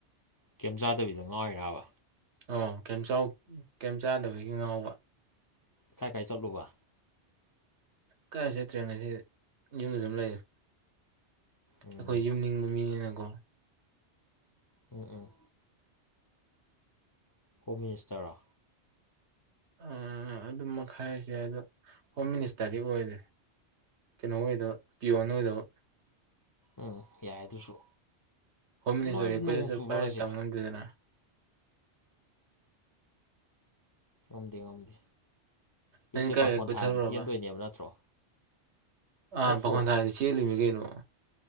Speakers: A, on the left; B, on the right.
A: ꯀꯦꯝ ꯆꯥꯗꯕꯤꯗ ꯉꯥꯏ ꯑꯣꯏꯔꯕ
B: ꯑꯣ ꯀꯌꯥꯝ ꯆꯥꯎ ꯀꯌꯥꯝ ꯆꯥꯗꯕꯒꯤ ꯉꯥꯎꯕ
A: ꯀꯥꯏ ꯀꯥꯏ ꯆꯠꯂꯨꯕ
B: ꯀꯥꯏꯆꯇꯇꯔ꯭ꯦ ꯇ꯭ꯔꯦꯉꯁꯤ ꯌꯨꯝꯗ ꯌꯨꯝ ꯂꯩꯔꯤ
A: ꯎꯝ
B: ꯑꯩꯈꯣꯏ ꯌꯨꯝꯅꯤꯡꯕ ꯃꯤꯅꯤꯅꯀꯣ
A: ꯎꯝ ꯎꯝ ꯍꯣꯝ ꯃꯤꯅꯤꯁꯇꯔꯣ
B: ꯑꯥ ꯑꯗꯨꯝ ꯃꯈꯔꯁꯦ ꯑꯗꯣ ꯍꯣꯝ ꯃꯤꯅꯤꯁꯇꯔꯗꯤ ꯑꯣꯏꯗꯦ ꯀꯩꯅꯣ ꯑꯣꯏꯗ ꯄꯤꯌꯣꯟ ꯑꯣꯏꯗꯕ
A: ꯎꯝ ꯌꯥꯏ ꯑꯗꯨꯁꯨ
B: ꯍꯣꯝ ꯃꯤꯅꯤꯁꯇꯔ
A: ꯅꯣꯏ
B: ꯑꯩꯣꯏꯁ
A: ꯅꯣꯡ ꯆꯨꯕ꯭ꯔꯥ
B: ꯄꯥꯏ
A: ꯉꯁꯤ
B: ꯇꯪ ꯃꯟꯗꯅ
A: ꯉꯝꯗꯦ ꯉꯝꯗꯦ ꯌꯨꯝꯗꯩ
B: ꯅꯪ ꯀꯥꯏ
A: ꯄꯥꯈꯣꯟ
B: ꯀꯥꯏ ꯀꯣꯏꯊꯔꯨꯔꯕ
A: ꯊꯥꯔꯤꯗꯤ ꯆꯦꯟꯗꯣꯏꯅꯦꯕ ꯅꯠꯇ꯭ꯔꯣ
B: ꯑꯥ
A: ꯅꯠꯇ꯭ꯔꯣ
B: ꯄꯥꯈꯣꯟ ꯊꯥꯔꯗꯤ ꯆꯦꯜꯂꯤꯃꯤ ꯀꯩꯅꯣ